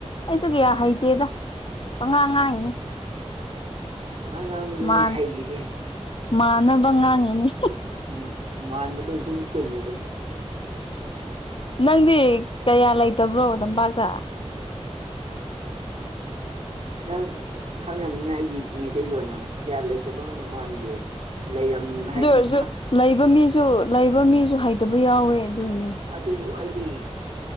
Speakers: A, on the left; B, on the right.
A: ꯑꯩꯁꯨ ꯀꯌꯥ ꯍꯩꯇꯦꯗ ꯄꯉꯥꯡ ꯉꯥꯡꯏꯅꯤ
B: ꯄꯪꯉꯥꯡ ꯉꯥꯡꯕꯗꯨꯅꯦ
A: ꯃꯥꯟ
B: ꯍꯩꯔꯤꯁꯦ
A: ꯃꯥꯟꯅꯕ ꯉꯥꯡꯉꯤꯅꯤ
B: ꯎꯝ ꯃꯥꯟꯕꯗ ꯑꯗꯨꯝ ꯆꯨꯝꯕꯅꯤ
A: ꯅꯪꯗꯤ ꯀꯌꯥ ꯂꯩꯇꯕ꯭ꯔꯣ ꯗꯝꯄꯥꯛꯇ
B: ꯅꯪ ꯈꯪꯉꯕꯅꯤꯅ ꯑꯩꯒꯤ ꯃꯩꯇꯩꯂꯣꯟꯅ ꯀꯌꯥ ꯂꯩꯇꯕ ꯃꯥꯟꯒꯦ ꯂꯩꯔꯝ ꯍꯥꯏꯗꯤ
A: ꯑꯗꯨ ꯑꯣꯏꯔꯁꯨ ꯂꯩꯕ ꯃꯤꯁꯨ ꯂꯩꯕ ꯃꯤꯁꯨ ꯍꯩꯇꯕ ꯌꯥꯎꯋꯦ ꯑꯗꯨꯏꯅꯦ
B: ꯑꯗꯨ ꯑꯩꯗꯤ